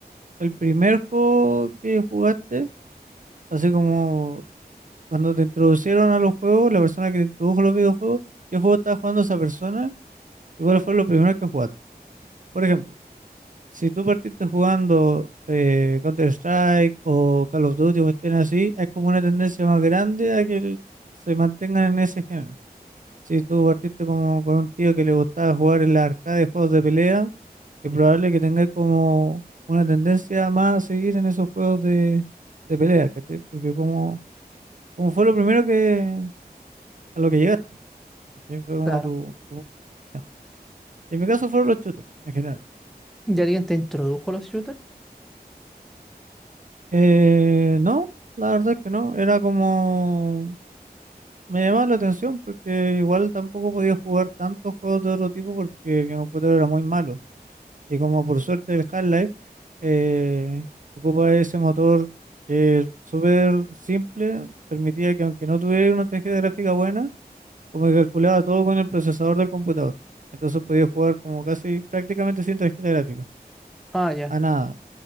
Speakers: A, on the right (about 55°); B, in the centre.
A: el primer juego que jugaste, así como Cuando te introducieron a los juegos, la persona que te introdujo a los videojuegos, ¿qué juego estaba jugando esa persona? ¿Y cuál fue lo primero que jugaste? Por ejemplo, si tú partiste jugando eh, Counter-Strike o Call of Duty o cuestiones así, hay como una tendencia más grande a que el- se mantengan en ese género. Si tú partiste como con un tío que le gustaba jugar en la arcade de juegos de pelea, es probable que tengáis como una tendencia más a seguir en esos juegos de, de pelea, ¿cachai? Porque como, como fue lo primero que a lo que llegaste. ¿Cachai? Fue como
B: Claro.
A: tu... tu- ya. En mi caso fueron los shooters, en general.
B: ¿Ya alguien te introdujo los shooters?
A: Eh, no, la verdad es que no. Era como... Me llamaba la atención porque igual tampoco podía jugar tantos juegos de otro tipo porque mi computador era muy malo. Y como por suerte el Half-Life eh, ocupa ese motor que es súper simple, permitía que aunque no tuviera una tarjeta gráfica buena, como que calculaba todo con el procesador del computador. Entonces podía jugar como casi prácticamente sin tarjeta gráfica.
B: Ah, ya.
A: A nada,